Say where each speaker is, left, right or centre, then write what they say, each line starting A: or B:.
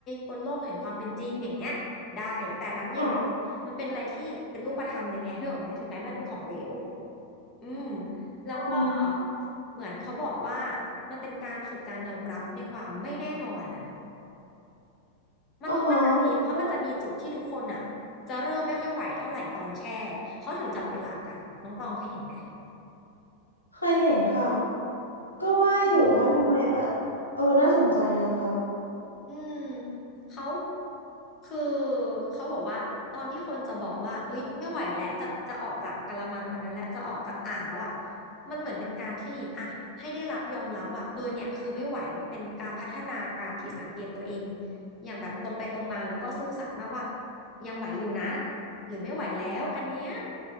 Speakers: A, on the left; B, on the left.
A: บนโลกแห่งความเป็นจริงอย่างเงี้ยได้แต่น้ำเย็นอ่ะมันเป็นอะไรที่เป็นรูปธรรมเลยไงนึกออกไหมถึงแม้มันเป็นของเหลว
B: ค่ะ
A: อืมแล้วก็
B: อ๋อ
A: เหมือนเขาบอกว่ามันเป็นการฝึกการยอมรับในความไม่แน่นอนอะ มันเพราะมันจะมีเพราะมันจะมีจุดที่ทุกคนอ่ะจะเริ่มไม่ค่อยไหวเท่าไหร่ตอนแช่
B: อ๋อฮะก็
A: เขาถึงจับเวลากันน้องตองเคยเห็นไหม
B: เคยเห็นค่ะก็ว่าอยู่ว่าทำไมแบบเออน่าสนใจนะคะ
A: อืม อืมเขาคือเขาบอกว่าตอนที่คนจะบอกว่าเอ้ยไม่ไหวแล้วจะจะออกจากกะละมังอันนั้นแล้วจะออกจากอ่างแล้วอ่ะมันเหมือนเป็นการที่อ่ะให้ได้รับยอมรับว่าเออเนี่ยคือไม่ไหวเป็นการพัฒนาการที่สังเกตตัวเองอย่างแบบตรงไปตรงมาแล้วก็ซื่อสัตย์มากว่ายังไหวอยู่นะหรือไม่ไหวแล้วอันเนี้ย